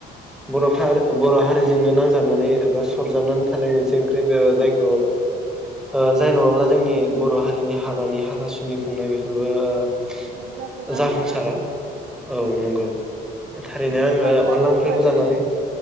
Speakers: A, in the centre; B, on the right.
A: बर'फा बर' हारिजोंनो नांजाबनानै एबा सरजाबनानै थानाय मोनसे ओंख्रि ओ जायखौ ओ जाय नङाब्ला जोंनि बर' हारिनि हाबानि हाथासुनि खुंनाय बेफोरबो ओ
B: बेफोर जाफुङा
A: जाफुंसारा।
B: आरोना
A: औ नंगौ थारैनो
B: बुंनो
A: आङो
B: थाङोब्ला
A: अनला
B: बर'
A: ओंख्रिखौ
B: हारिनि
A: जानानै